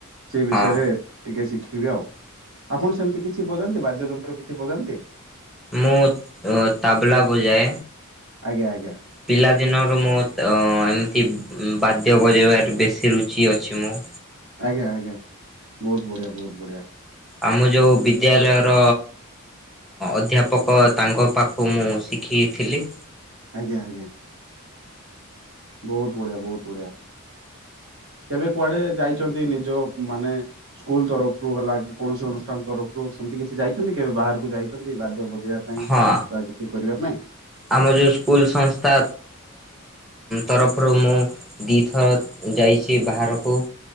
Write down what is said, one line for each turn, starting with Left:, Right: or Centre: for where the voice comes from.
Right: ସେଇ ବିଷୟରେ
Centre: ହଁ
Right: ଟିକେ ଶିଖିବି ଆଉ ଆପଣ ସେମିତି କିଛି ବଜାନ୍ତି ବାଦ୍ୟ ଯନ୍ତ୍ର କିଛି ବଜାନ୍ତି।
Centre: ମୁଁ ତାବଲା ବଜାଏ।
Right: ଆଜ୍ଞା ଆଜ୍ଞା।
Centre: ପିଲାଦିନରୁ ମୁଁ ଅ ଏମିତି ବାଦ୍ୟ ବଜାଇବାରେ ବେଶୀ ରୁଚି ଅଛି ମୁଁ।
Right: ଆଜ୍ଞା ଆଜ୍ଞା ବହୁତ ବଢିଆ ବହୁତ ବଢିଆ।
Centre: ଆମ ଯେଉଁ ବିଦ୍ୟାଳୟର ଅଧ୍ୟାପକ ତାଙ୍କ ପାଖକୁ ମୁଁ ଶିଖିଥିଲି।
Right: ଆଜ୍ଞା ଆଜ୍ଞା। ବହୁତ ବଢିଆ ବହୁତ ବଢିଆ କେବେ କୁଆଡେ ଯାଇଛନ୍ତି ନିଜ ମାନେ ସ୍କୁଲ ତରଫରୁ ହେଲା କି କୌଣସି ଅନୁଷ୍ଠାନ ତରଫରୁ ସେମିତି କିଛି ଯାଇଛନ୍ତି କେବେ ବାହାରକୁ ଯାଇଛନ୍ତି ବାଦ୍ୟ ବଜେଇବା ପାଇଁ
Centre: ହଁ
Right: ବା କିଛି କରିବା ପାଇଁ।
Centre: ଆମ ଯେଉଁ ସ୍କୁଲ୍ ସଂସ୍ଥା ତରଫରୁ ମୁଁ ଦୁଇଥର ଯାଇଛି ବାହାରକୁ